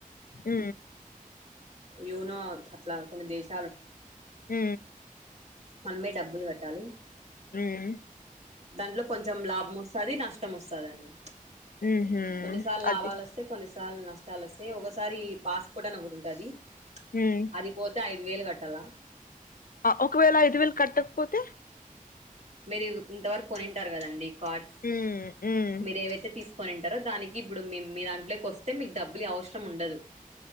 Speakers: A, on the left; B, on the right.
A: ఉ
B: యూనో అట్లా కొన్ని దేశ
A: ఉ
B: మనమే డబ్బులు కట్టాలి
A: ఉమ్
B: దాంట్లో కొంచెం లాభ నష్టం వస్తుందన్ని
A: ఉహు
B: కొన్నిసార్లు లాభాలు
A: అది
B: వస్తే కొన్నిస నష్టాలు వస్తే ఒకసారి పాస్పోర్ట్ అన ఒకటి ఉంటాది
A: ఉమ్
B: అది పోతే ఐదు వేలు కట్ ట్టల
A: ఒకవేళ ఐదు వేలు కట్టకపోతే
B: మీరు ఇంతవరకు కొనింటారు కదండి కార్డ్
A: ఉమ్ ఉమ్
B: మీరు ఏవైతే తీస్ కొనింటారో దానికి ఇప్పుడు మీ దాంట్లోకి వస్తే మీకు డబ్బులియ అవసరం ఉండదు